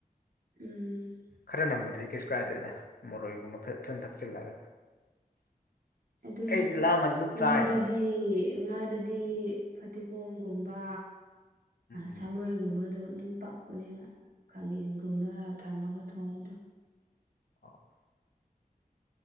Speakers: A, on the right (about 70°); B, on the left (about 80°).
A: ꯎꯝ
B: ꯈꯔ ꯅꯝꯕꯨꯗꯨꯗꯤ ꯀꯩꯁꯨ ꯀꯥꯏꯗꯦꯗ ꯃꯣꯔꯣꯏꯒꯨꯝꯕ ꯐ ꯐꯖꯅ ꯊꯛꯆꯤꯜꯂꯒ
A: ꯑꯗꯨꯅꯦ
B: ꯑꯩꯗꯤ ꯂꯥꯝꯃꯗꯤ ꯑꯗꯨꯝ
A: ꯉꯥꯗꯗꯤ
B: ꯆꯥꯏꯌꯦꯗ
A: ꯉꯥꯗꯗꯤ ꯐꯗꯤꯒꯣꯝꯒꯨꯝꯕ
B: ꯎꯝ
A: ꯁꯥꯃꯔꯣꯏꯒꯨꯝꯕꯗꯣ ꯑꯗꯨꯝ ꯄꯛꯄꯅꯦꯕ ꯈꯥꯃꯦꯟꯒꯨꯝꯕ ꯊꯝꯃꯒ ꯊꯣꯡꯕꯗꯣ
B: ꯑꯥ